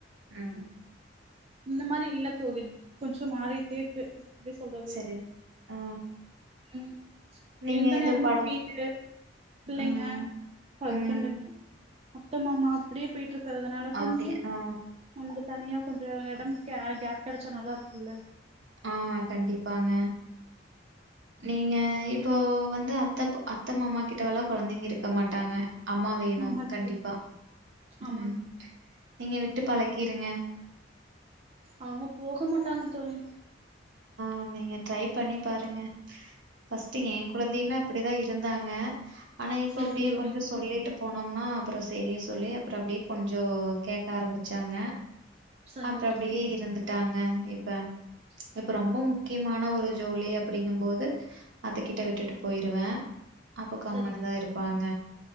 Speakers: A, on the right; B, on the right.
A: ம்
B: இந்த மாரி இல்ல தோழி கொஞ்சொ மாறிக்கிட்டே இருக்கு எப்டி சொல்றது
A: சரி ஆ
B: ம்
A: நீங்க
B: எந்த நேரமு
A: படம்
B: வீடு பிள்ளைங்க
A: ம்
B: ஹஸ்பண்டு
A: ம்
B: அத்த மாமா அப்டியே போயிட் ருக்கறதுனால கொஞ்சொ
A: அப்டி ஆ
B: நமக்கு தனியா கொஞ் ஆ எடம் கே கேப் கெடச்சா நல்லா இருக்குல்ல
A: ஆ கண்டிப்பாங்க நீங்க இப்போ வந்து அத்தப் அத்த மாமா கிட்டவல்லா கொழந்தைங்க இருக்க மாட்டாங்க அம்மா வேணு
B: ஆமா தோழி
A: கண்டிப்பா
B: ஆமா
A: ம்
B: தோழி
A: நீங்க விட்டு பழக்கி இருங்க
B: அவங்க போக மாட்டாங்க தோழி
A: ம் நீங்க ட்ரை பண்ணி பாருங்க ஃபர்ஸ்ட் எ குழந்தையுமே அப்படிதான் இருந்தாங்க ஆனா இப்ப
B: சரிங்க
A: அப்படியே
B: தோழி
A: கொஞ்சோ சொல்லிட்டு போனோம்னா அப்புறோ செரி சொல்லி அப்புறோ அப்படியே கொஞ்சோ கேக்க ஆரம்பிச்சாங்க
B: சரிங்க
A: அப்புறோ அப்படியே
B: தோழி
A: இருந்துட்டாங்க இப்ப இப்ப ரொம்ப முக்கியமான ஒரு ஜோலி அப்படிங்கும் போது அத்த கிட்ட விட்டுட்டு போயிருவே அப்ப கம்முனு
B: சரிங்க
A: தான் இருப்பாங்க